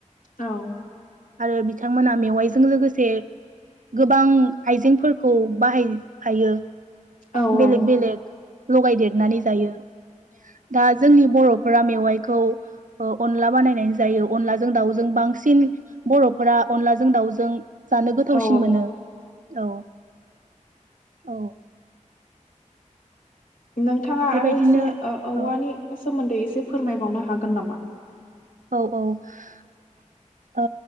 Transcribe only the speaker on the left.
औ
औ
औ
औ
नोंथाङा
आरो एसे औवानि
सोमोन्दै एसे फोरमायबावनो हागोन नामा